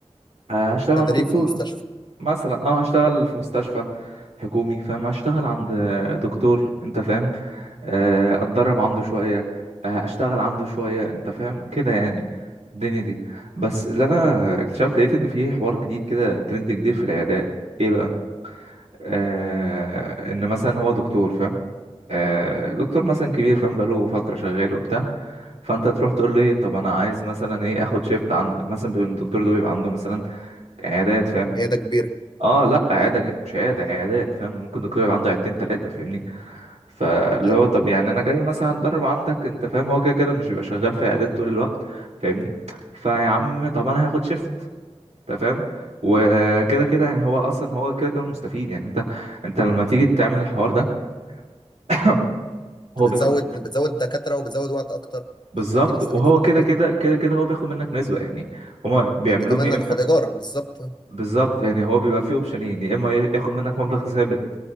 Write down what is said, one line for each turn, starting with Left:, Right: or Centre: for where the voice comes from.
Right: آه هشتغل
Left: تدريب
Right: عند دكتور
Left: في مستشفى
Right: مثلا اه هشتغل في مستشفى حكومي فاهم هشتغل عند دكتور انت فاهم آه، اتدرب عنده شوية آه، اشتغل عنده شوية انت فاهم كده يعني الدنيا دي بس اللي انا اكتشفت لقيت ان في حوار جديد كده ترند جديد في العيادات ايه بقى آه ان مثلا هو دكتور فاهم آه دكتور مثلا كبير فاهم بقاله فترة شغال وبتاع فانت تروح تقول له ايه طب انا عايز مثلا ايه اخد شيفت عندك مثلا بيبقى الدكتور ده بيبقى عنده مثلا عيادات فاهم
Left: عياده كبيره
Right: اه لا عياده
Left: آه،
Right: مش عياده عيادات فاهم ممكن الدكتور يبقى عنده عيادتين ثلاثه فاهمني فاللي
Left: ايوه
Right: هو طب يعني انا جاي مثلا اتدرب عندك انت فاهم هو كده كده مش بيبقى شغال في عيادات طول الوقت فاهمني فيا عم طب انا هاخد شيفت انت فاهم وكده كده يعني هو اصلا هو كده كده مستفيد يعني انت انت لما تيجي تعمل الحوار ده <coughs>
Left: انت
Right: هو بياخد
Left: بتزود
Right: منك
Left: بتزود دكاتره وبتزود وقت اكتر
Right: بالظبط
Left: فانت اكيد مستفيد
Right: وهو
Left: في كل
Right: كده
Left: الاحوال
Right: كده كده كده هو بياخد منك نسبة يعني هما بيعملوهم
Left: وانت كمان
Right: يا
Left: هتاخد
Right: اما
Left: ايجار بالظبط
Right: بالظبط يعني هو بيبقى فيه اوبشنين يا اما ياخد منك مبلغ ثابت